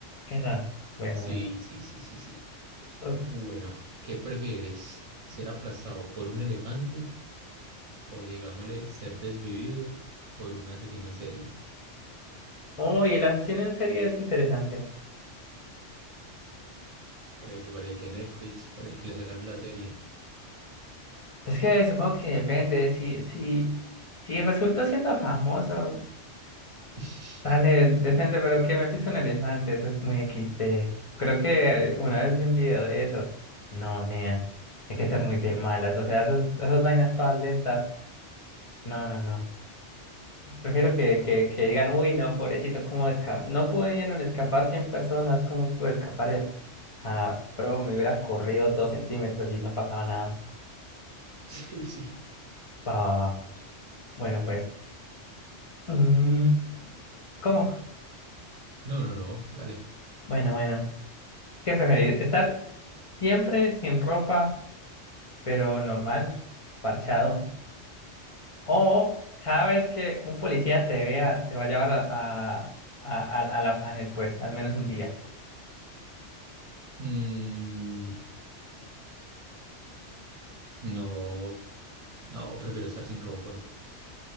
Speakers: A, on the left; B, on the right.
A: Esa, bueno,
B: Sí,
A: bueno.
B: sí, sí, sí, sí.
A: Uh,
B: Bueno, ¿qué prefieres? ¿Ser aplastado por un elefante o digámosle ser desvivido por un asesino en serie.
A: Uy, el asesino en serie es interesante.
B: Por ejemplo, para el que Netflix, para el que le sacaron la serie.
A: Es que supongo que depende. Si, si, si resulto siendo famoso,
B: <laughs>
A: Dale, decente, pero que me pise un elefante, eso es muy equis XD. Creo que eh, una vez vi un video de eso. No, nea, hay que ser muy de malas, o sea, esas, esas vainas todas lentas. No, no, no. Prefiero que, que, que digan, uy, no, pobrecito, ¿cómo escapa? No pudieron escapar 100 personas, ¿cómo pudo escapar él? Ah, pero me hubiera corrido dos centímetros y no pasaba nada.
B: Sí, sí.
A: Va, va, va. Bueno, pues. mm,
B: Y
A: ¿cómo?
B: no, no, no, dale.
A: Bueno, bueno. ¿Qué preferir? ¿Estar siempre sin ropa? pero normal, parchado. O cada vez que un policía te vea, te va a llevar a, a, a, a- a la panel, pues, al menos un día.
B: Mm, no, no, prefiero estar sin ropa.